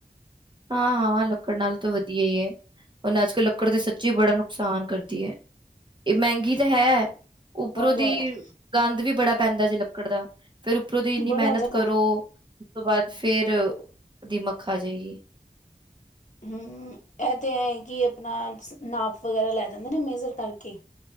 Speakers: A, on the right; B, on the left.
A: ਹਾਂ, ਹਾਂ ਲੱਕੜ ਨਾਲੇ ਤਾਂ ਵਧੀਆ ਹੀ ਏ। ਹੁਣ ਅੱਜ ਕੱਲ ਲੱਕੜ ਦੀ ਸੱਚੀ ਬੜਨ ਨੂੰ ਨੁਕਸਾਨ ਕਰਦੀ ਏ, ਇਹ ਮਹਿੰਗੀ ਤਾਂ ਹੈ
B: ਬਹੁਤ
A: ਉਪਰੋਂ ਦੀ
B: ਜ਼ਿਆਦਾ
A: ਗੰਦ ਵੀ ਬੜਾ ਪੈਂਦਾ ਜੇ ਲੱਕੜ ਦਾ, ਫਿਰ ਉੱਪਰੋਂ ਦੀ ਇੰਨੀ
B: ਬੜਾ
A: ਮਿਹਨਤ
B: ਜ਼ਿਆਦਾ
A: ਕਰੋ ਉਸ ਤੋਂ ਬਾਅਦ ਫੇਰ ਦੀਮਕ ਖਾ ਜਾਏਗੀ।
B: ਹਮ ਇਹ ਤੇ ਐ ਕਿ ਆਪਣਾ ਨਾਪ ਵਗੈਰਾ ਲੈ ਜਾਂਦੇ ਨੇ ਮੇਜਰ ਕਰਕੇ